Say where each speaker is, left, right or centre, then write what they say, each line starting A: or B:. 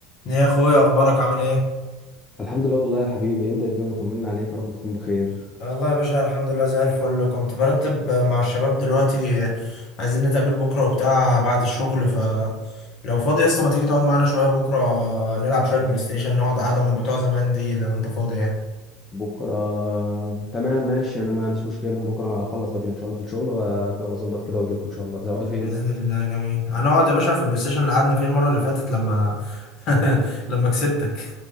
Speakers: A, on the left; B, on the left.
A: يا اخويا اخبارك عامل ايه
B: الحمد لله والله يا حبيبي انت إيه الدنيا طمنا عليك يا رب تكون بخير
A: والله يا باشا الحمد لله زي الفل كنت برتب مع الشباب دلوقتي عايزين نتقابل بكرة وبتاع بعد الشغل ف لو فاضي يا اسطى ما تيجي تقعد معانا شوية بكرة نلعب شوية بلاي
B: ب-
A: ستيشن نقعد قعدة من بتوع زمان دي لو انت فاضي يعني
B: بكره تمام ماشي انا ما عنديش مشكله بكره هخلص بدري ان شاء الله في الشغل وأ- واظبط كده واجي لكم ان شاء الله تقعدوا فين
A: باذن الله جميل هنقعد يا باشا في البلاي ستيشن اللي قعدنا فيه المره اللي فاتت لما <laughs> لما كسبتك